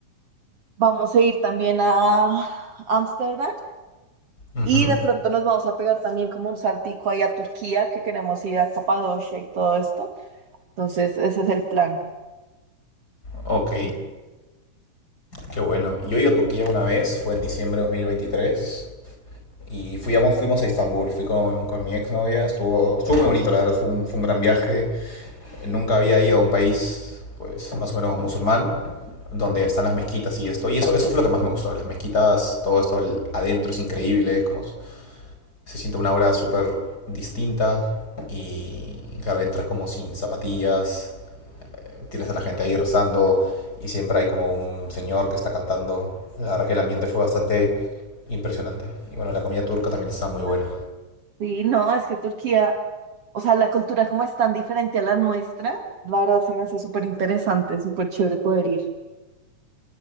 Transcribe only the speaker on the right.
vamos a ir también a Ámsterdam
y de pronto nos vamos a pegar también como un saltico ahí a Turquía, que queremos ir a Capadocia y todo esto. Entonces, ese es el plan.
Sí, no, es que Turquía, o sea, la cultura como es tan diferente a la nuestra, la verdad se me hace súper interesante, súper chévere poder ir.